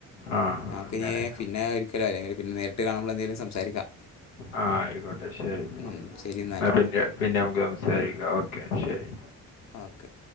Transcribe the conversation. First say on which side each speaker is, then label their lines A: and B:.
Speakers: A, on the left; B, on the left.
A: ആ
B: ഞമക്കിനി
A: അങ്ങനെ
B: പിന്നെ ക്കലോ അല്ലെങ്കിൽ പിന്നെ നേരിട്ട് കാണുമ്പോൾ എന്തേലും സംസാരിക്കാം.
A: ആഹ് ആയിക്കോട്ടെ ശരി
B: ഉം, ശരി എന്നാൽ
A: ആ പിന്നെ പിന്നെ നമുക്ക് സംസാരിക്കാം ഓക്കെ ശരി
B: ഓക്കെ